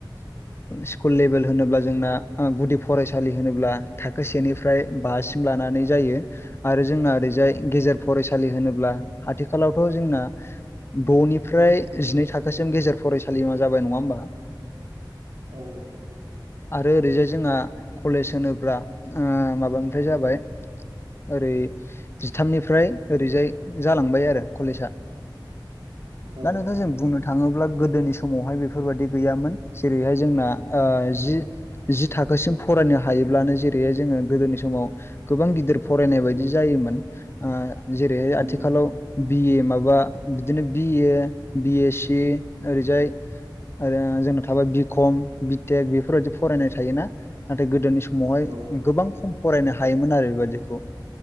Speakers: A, on the left; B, on the right.
A: सकुल लेभेल होनोब्ला जोंना गुदि फरायसालि होनोब्ला थाखो सेनिफ्राय बासिम लानानै जायो आरो जोंना ओरैजाय गेजेर
B: औ
A: फरायसालि होनोब्ला आथिखालावथ' जोंना द'निफ्राय जिनै थाखोसिम गेजेर फरायसालिमा जाबाय नङा होमबा
B: औ
A: आरो ओरैजाय जोंहा कलेज होनोब्ला माबानिफ्राय जाबाय ओरै जिथामनिफ्राय ओरैजाय जालांबाय आरो कलेजा
B: औ
A: दा नोंथां जों बुंनो थाङोब्ला गोदोनि समावहाय बेफोरबायादि गैयामोन जेरैहाय जोंना ओ जि जि थाखोसिम फरायनो हायोब्लानो जेरैहाय जोङो गोदोनि समाव गोबां गिदिर फरायनाय बायदि जायोमोन जेरैहाय
B: उम
A: आथिखालाव बिए माबा बिदिनो बिए बि एस सि ओरैजाय आरो जोंनाव थाबाय बिखम बिटेक बेफोरबायदि फरायनाय थायोना नाथाय गोदोनि समावहाय
B: औ
A: गोबां खम फरायनो हायोमोन आरो बेबायदिखौ